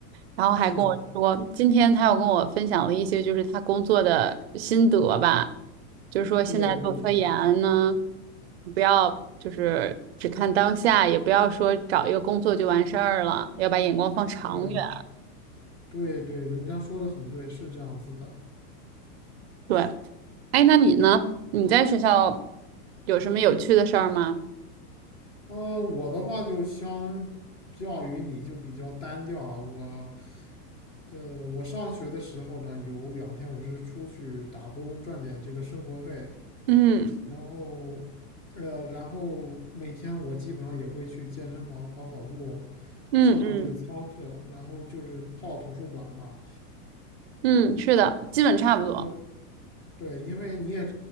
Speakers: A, on the right; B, on the left.
A: 然后还跟我说，
B: 是啊
A: 今天他又跟我分享了一些就是他工作的心得吧，就是说现在做科研呢，
B: 对对对
A: 你不要就是只看当下，也不要说找一个工作就完事儿了，要把眼光放长远。
B: 对对对，人家说的很对，是这样子的。
A: 对，哎，那你呢？你在学校有什么有趣的事儿吗？
B: 呃，我的话就相较于你就比较单调了，我。呃，我上学的时候呢，有两天我是出去打工赚点这个生活费，
A: 嗯
B: 然后，呃，然后每天我基本上也会去健身房跑跑步，
A: 嗯嗯。
B: 上上这个操课，然后就是泡图书馆嘛。
A: 嗯，是的，基本差不多。
B: 对对，因为你也，